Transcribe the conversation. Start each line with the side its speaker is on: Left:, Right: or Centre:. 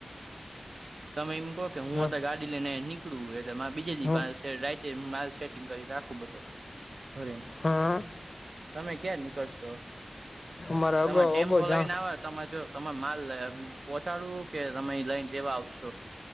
Right: તમે એમ કોકે હું
Left: હ
Right: અતાર ગાડી લેને નીકળું હું એટ એટલે માર બીજે દી
Left: હ
Right: રાતે માલ સેટિંગ કરી રાખું બધું, ભરીન.
Left: હ.
Right: તમે ક્યાંર નીકળશો?
Left: મારે
Right: તમાર
Left: અગાઉ
Right: ટેમ્પો
Left: અગાઉ જાણ
Right: લઈને આવ તમાં જો. તમાં માલ પહોંચાડવું કે તમે લઈને દેવા આવશો?